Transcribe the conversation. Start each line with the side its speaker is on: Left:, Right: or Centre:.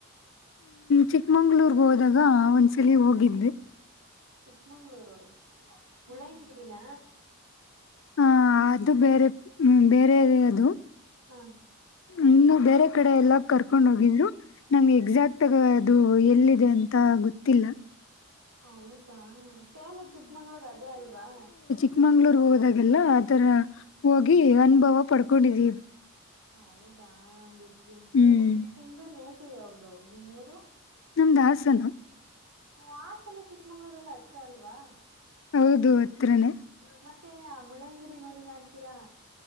Left: ಚಿಕ್ಕಮಂಗ್ಳೂರ್ಗೆ ಹೋದಾಗ ಒಂದ್ಸಲ ಹೋಗಿದ್ದೆ
Right: ಚಿಕ್ಕಮಂಗಗಳೂರು ಉಳಯನಂಗಿರಿಿನ
Left: ಹಾ ಅದು ಬೇರೆ ಹ್ಮ ಬೇರೆ ಅದು
Right: ಹ ಹಾ
Left: ಇನ್ನು ಬೇರೆ ಕಡೆ ಎಲ್ಲ ಕರ್ಕೊಂಡ್ ಹೋಗಿದ್ರು ನಮ್ಗೆ ಎಕ್ಸಾಕ್ಟ್ಗ ಅದು ಎಲ್ಲಿದೆ ಅಂತ ಗೊತ್ತಿಲ್ಲ
Right: ಹೌದಾ ಫೇಮಸ್ ಚಿಕ್ಕಮಂಗ್ಳೂರ್ ಅದೇ ಅಲ್ವಾ
Left: ಚಿಕ್ಮಂಗ್ಳೂರ್ ಹೋದಾಗೆಲ್ಲ ಆಥರ ಹೋಗಿ ಅನುಭವ ಪಡ್ಕೊಂಡಿದೀವಿ
Right: ಹೌದಾ ಬಿಡ್ರಿ
Left: ಹ್ಮ್
Right: ನಿ ಮ ನಿಮ್ದು ನೇಟಿವ ಹಾವದು ನಿಮೂರು
Left: ನಮ್ದಾಹಸನ
Right: ಹ ಹಾಸನ ಚಿಕ್ಕಮಂಗ್ಳೂರ್ಲ್ಲ ಹತ್ರ ಅಲ್ವಾ
Left: ಹೌದು ಹತ್ರನೇ
Right: ಹ ಮತ್ತೆ ಮುಳ್ಳ್ಯಂಗಿರಿ ನೋಡಿಲ್ಲ ಅಂತೀರಾ